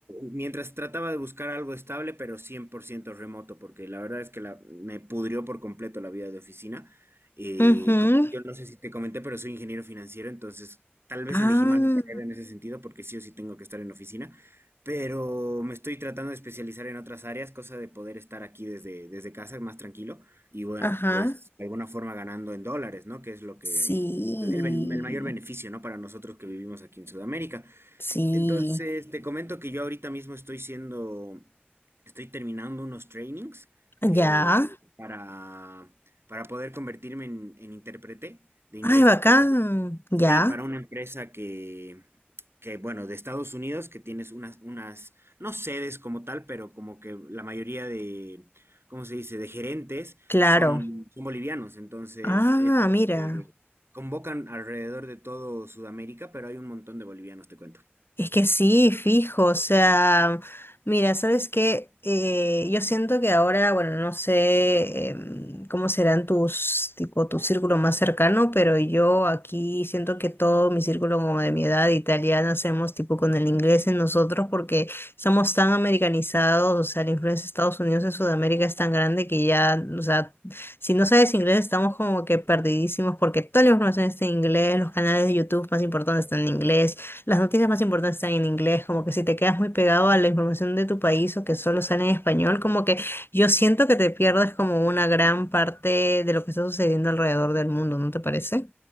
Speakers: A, on the right; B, on the left.
A: mientras trataba de buscar algo estable, pero 100% remoto, porque la verdad es que la, me pudrió por completo la vida de oficina. Eh,
B: ujú,
A: como- yo no sé si te comenté, pero soy ingeniero financiero, entonces tal vez
B: Ah,
A: elegí mal mi carrera en ese sentido, porque sí o sí tengo que estar en oficina, pero me estoy tratando de especializar en otras áreas, cosa de poder estar aquí desde, desde casa más tranquilo y bueno,
B: ajá.
A: pues de alguna forma ganando en dólares, ¿no? Que es lo que...
B: Sí.
A: El, ben- el mayor beneficio, ¿no? Para nosotros que vivimos aquí en Sudamérica.
B: Sí.
A: Entonces, te comento que yo ahorita mismo estoy siendo, estoy terminando unos trainings que
B: Ya.
A: para, para poder convertirme en, en intérprete de inglés
B: Ay, bacán.
A: a español.
B: Ya.
A: Sí, para una empresa que, que, bueno, de Estados Unidos, que tienes unas, unas, no sedes como tal, pero como que la mayoría de, ¿cómo se dice?, de gerentes
B: Claro.
A: son, son bolivianos. Entonces,
B: Ah,
A: es como
B: mira.
A: que convocan alrededor de todo Sudamérica, pero hay un montón de bolivianos, te cuento.
B: Es que sí, fijo, o sea, mira, ¿sabes qué? Eh, yo siento que ahora, bueno, no sé em, cómo serán tus, tipo, tu círculo más cercano, pero yo aquí siento que todo mi círculo como de mi edad italiana hacemos tipo con el inglés en nosotros porque estamos tan americanizados, o sea, la influencia de Estados Unidos en Sudamérica es tan grande que ya, o sea, si no sabes inglés estamos como que perdidísimos porque toda la información está en inglés, los canales de YouTube más importantes están en inglés. Las noticias más importantes están en inglés, como que si te quedas muy pegado a la información de tu país o que solo sale en español, como que yo siento que te pierdes como una gran parte de lo que está sucediendo alrededor del mundo, ¿no te parece?